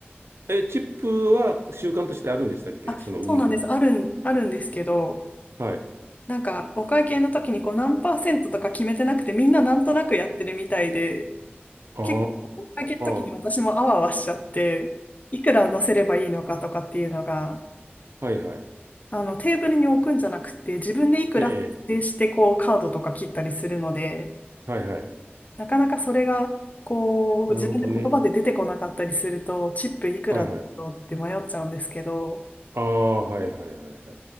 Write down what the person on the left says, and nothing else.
あ、そうなんです。あるん、あるんですけど、
なんかお会計の時にこう何パーセントとか決めてなくて、みんななんとなくやってるみたいで、
結構お会計の時に私もあわあわしちゃって、
いくら乗せればいいのかとかっていうのが、
あのテーブルに置くんじゃなくて、自分でいくら指定してこうカードとか切ったりするので、
なかなかそれがこう自分で言葉で出てこなかったりすると、
チップいくらだろうって迷っちゃうんですけど、